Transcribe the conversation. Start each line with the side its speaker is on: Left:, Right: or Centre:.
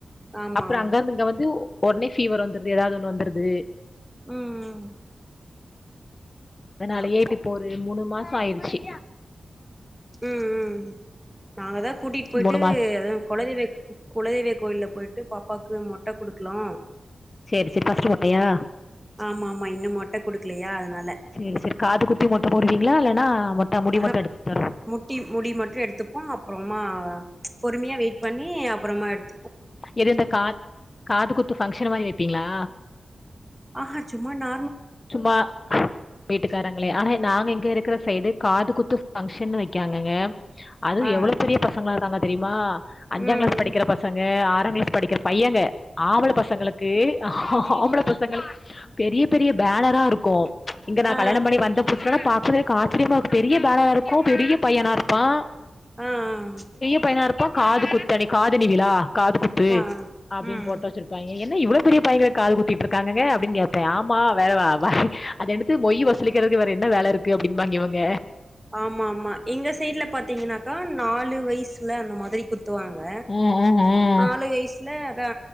Centre: ஆமா
Left: அப்றோ அங்கருந்து இங்க வந்து ஒடனே ஃபீவர் வந்துருது எதாவ்து ஒன்னு வந்துருது
Centre: ம் ம்
Left: அதனாலயே
Centre: ஆமா
Left: இப்ப ஒரு மூனு மாசோ ஆயிருச்சு
Centre: ம் ம் நாங்கதா கூட்டிட் போய்ட்டு
Left: மூணு மாச
Centre: அதா கொல தெய்வ குலதெய்வ கோயில்ல போய்ட்டு பாப்பாக்கு மொட்ட குடுக்லா
Left: சேர் சேரி ஃபர்ஸ்ட்டு மொட்டயா
Centre: ஆமாமா இன்னு மொட்ட குடுக்கலையா அதுனால
Left: சேர் சேரி காது குத்தி மொட்ட போடுவீங்ளா இல்லன்னா மொட்ட முடி
Centre: ஆஹ
Left: மட்டு எடுத்துரு
Centre: முட்டி முடி மட்டு எடுத்துப்போ அப்றோமா பொறுமையா வெயிட் பண்ணி அப்றமா எடு
Left: எது இந்த கா காது குத்து பங்க்ஷன் மாரி வப்பீங்ளா
Centre: ஆஹா சும்மா நா
Left: சும்மா வீட்டுக்காரங்களே ஆனா நாங்க இங்க இருக்குற சைடு காது குத்து ஃபங்க்ஷன்னு வெக்காங்கங்க அதுவு
Centre: ஆ
Left: எவ்ளோ பெரிய பசங்ளாருக்காங்க தெரிமா அஞ்சாங்க்ளாஸ்
Centre: ம்
Left: படிக்கிற பசங்க ஆறாங்க்ளாஸ் படிக்கிற பையங்க ஆம்பள பசங்களுக்கு ஆம்பள பசங்களுக்கு பெரிய பெரிய பேனரா இருக்கோ இங்க நா
Centre: ஆ
Left: கல்யாணோ பண்ணி வந்த புதுஸ்லலா ப பாக்க சொல்லயே எக்காச்சரியமாக்கு பெரிய பேனரா இர்க்கோ பெரிய பையனா இருப்பா
Centre: ஆ ஆ
Left: பெரிய பையனா இருப்பா காது குத்தணி காதணி விழா காது குத் பே
Centre: ஆ
Left: அப்டீன்னு
Centre: ம்
Left: போட்டா வெச்சிருப்பாய்ங்க என்ன இவ்வளோ பெரிய பையங்க காது குத்திட்டு இருக்காங்கங்க அப்டின்னு கேப்பே ஆமா வேற வ வா அது எடுத்து மொய் வசூலிக்கிறதுக்கு வேற என்ன வேல இருக்கு அப்டீன்பாய்ங்க இவங்க
Centre: ஆமா ஆமா எங்க சைடுல பாத்தீங்கன்னாக்கா நாலு வயசுல அந்த மாரி குத் துவாங்க
Left: ம் ம் ம்
Centre: நாலு வயசுல அதா